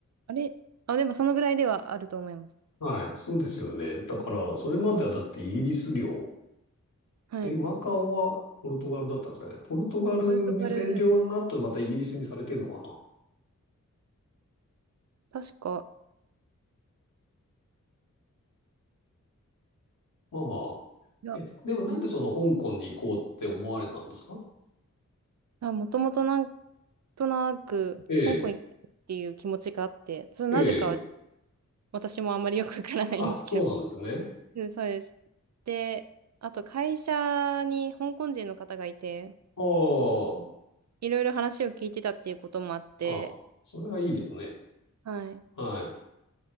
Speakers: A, on the right; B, on the left.
A: あれあ、でもそのぐらいではあると思います。
B: はい、そうですよね。だからそれまではだってイギリス領。
A: はい。
B: で、マカオはポルトガルだったんですかね。ポルトガルに占領の後、
A: ポルトガル、
B: またイギリスにされてるのかな。
A: 確か、
B: まあまあ。
A: いや、
B: え、でもなんでその香港に行こうって思われたんですか
A: んあ、もともとなんとなく、
B: ええ、
A: 香港行きたいっていう気持ちがあって、それなぜかは
B: ええ。
A: 私もあんまりよくわからないんですけど。
B: あ、そうなんですね。
A: うんそうです。で、あと会社に香港人の方がいて、
B: あ
A: いろいろ話を聞いてたっていうこともあって、
B: あ、あ、それはいいですね。
A: はい。
B: はい。